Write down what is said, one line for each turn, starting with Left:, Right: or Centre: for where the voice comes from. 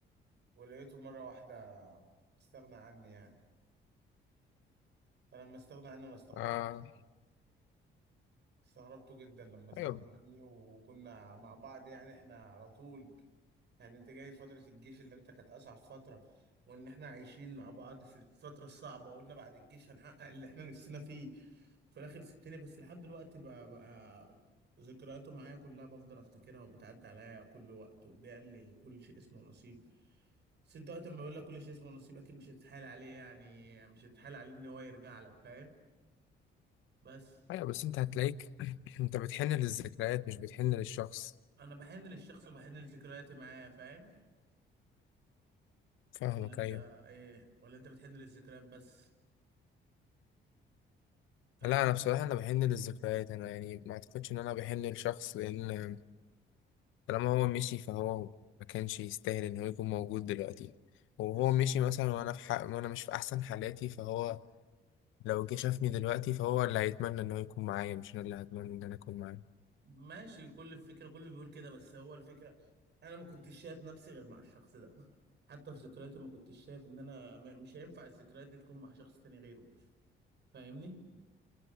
Right: ولقيته مره واحده استغنى عني يعني فلما استغنى عني انا استغربت
Left: آه
Right: بصراحة. استغربته جدا لما استغنى
Left: ايوه
Right: عني وكنا مع بعض يعني احنا على طول يعني انت جاي فترة الجيش اللي انت كانت اصعب فترة وان احنا عايشين مع بعض في الفترة الصعبة وقلنا بعد الجيش هنحقق اللي احنا نفسنا فيه في الاخر سبتني بس لحد دلوقتي بقى, بقى ذكرياته معايا كلها بفضل افتكرها وبتعدي عليا كل وقت وده قال لي كل شيء اسمه نصيب بس انت وقت ما بقول لك كل شيء اسمه نصيب اكيد مش هتتحايل عليه يعني مش هتتحايل عليه ان هو يرجع لك فاهم بس
Left: ايوه بس انت هتلاقيك <clears throat> انت بتحن
Right: لا
Left: للذكريات مش بتحن للشخص
Right: انا بحن للشخص وبحن لذكرياتي معاه فاهم
Left: فاهمك
Right: ولا انت
Left: ايوه
Right: ايه ولا انت بتحن للذكريات بس فاهم
Left: لا انا بصراحه انا بحن للذكريات انا يعني ما اعتقدش ان انا بحن للشخص لان طالما هو مشي فهو ما كانش يستاهل ان هو يكون موجود دلوقتي وهو
Right: بس
Left: مشي مثلا وانا في حق وانا مش في احسن حالاتي فهو لو جه شافني دلوقتي فهو اللي هيتمنى ان هو يكون معايا مش انا اللي هتمنى ان انا اكون معاه
Right: ماشي كل الفكرة كله بيقول كده بس هو الفكرة أنا ما كنتش شايف نفسي غير مع الشخص ده حتى في ذكرياتي ما كنتش شايف إن أنا ما- مش هينفع الذكريات دي تكون مع شخص تاني غيره فاهمني؟